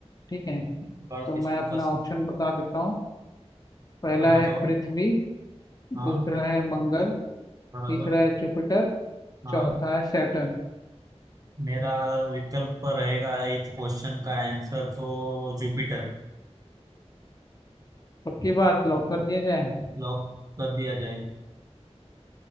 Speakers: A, on the left; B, on the right.
A: ठीक है
B: बार सिस्टम
A: तो मैं अपना
B: का सि-
A: ऑप्शन बता देता हूँ पहला
B: आप बताओ
A: है पृथ्वी
B: हाँ
A: दूसरा है मंगल
B: बराबर
A: तीसरा है जुपिटर
B: हाँ
A: चौथा है सैटर्न
B: मेरा विकल्प रहेगा इस क्वेश्चन का आंसर तो जुपिटर
A: पक्की बात लॉक कर दिया जाए
B: लॉक कर दिया जाएगा